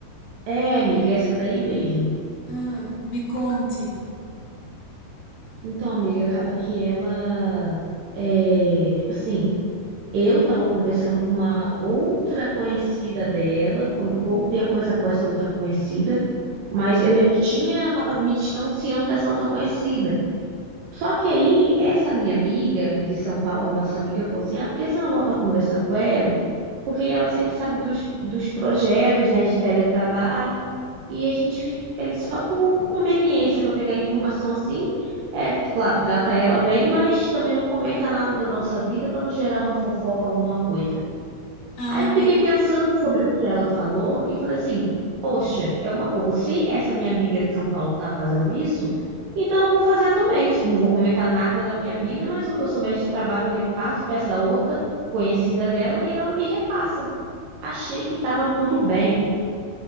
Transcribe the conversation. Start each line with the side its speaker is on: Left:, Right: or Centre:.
Right: É, amiga, essa daí mesmo.
Left: Ah, me conte.
Right: Então, amiga, acaba que ela é, tipo assim, eu tava conversando com uma outra conhecida dela, com- voltei a conversar com essa outra conhecida, mas eu já tinha, tava me distanciando dessa outra conhecida. Só que aí, essa minha amiga de São Paulo, a nossa amiga, falou assim: ah, por que você não volta a conversar com ela? Porque ela sempre sabe dos, dos projetos, né, de teletrabalho, e a gente fica ali só por conveniência, para pegar informação assim. É, claro, trata ela bem, mas também não comenta nada da nossa vida para não gerar uma fofoca, alguma coisa.
Left: Ah,
Right: Aí eu
Left: entendi.
Right: fiquei pensando sobre o que ela falou e falei assim: poxa, é uma boa. Se essa minha amiga de São Paulo tá fazendo isso, então eu vou fazer também. Não vou comentar nada da minha vida, mas o que eu souber de trabalho eu repasso para essa outra conhecida dela e ela me repassa. Achei que tava tudo bem.